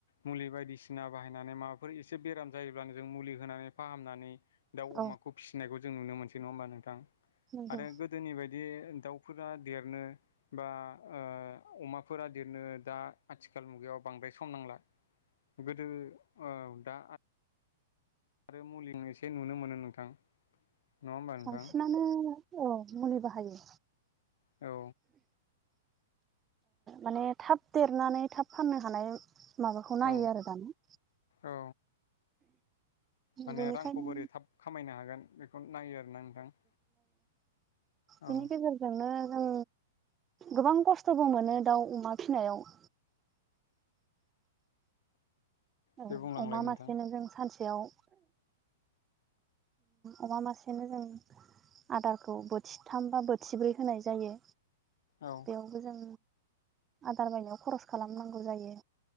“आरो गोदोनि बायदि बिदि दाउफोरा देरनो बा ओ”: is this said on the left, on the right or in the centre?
Left